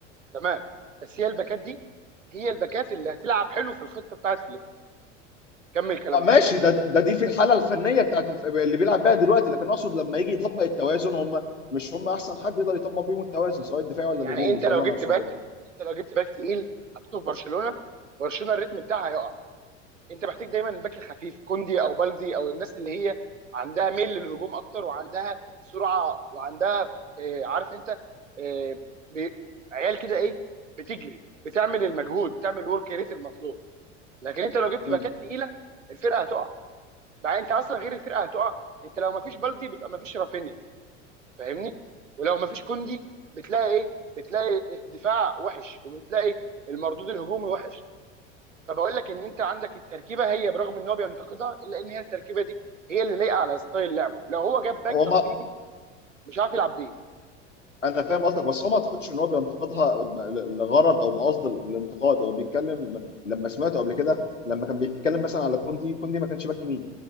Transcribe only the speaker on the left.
اه ماشي
ده ده دي في الحاله الفنيه بتاعت الف... اللي بيلعب بيها دلوقتي لكن اقصد لما يجي يطبق التوازن هم مش هم احسن حد يقدر يطبق بيهم التوازن سواء الدفاعي ولا
الهجومي
ده
اللي
انا اقصده
يعني.
مم.
هو
ما
انا فاهم قصدك بس هو ما اعتقدش ان هو بينتقدها ب- ل- لغرض او بقصد الانتقاد هو بيتكلم لما سمعته قبل كده لما كان بيتكلم مثلا على كوندي كوندي ما كانش باك يمين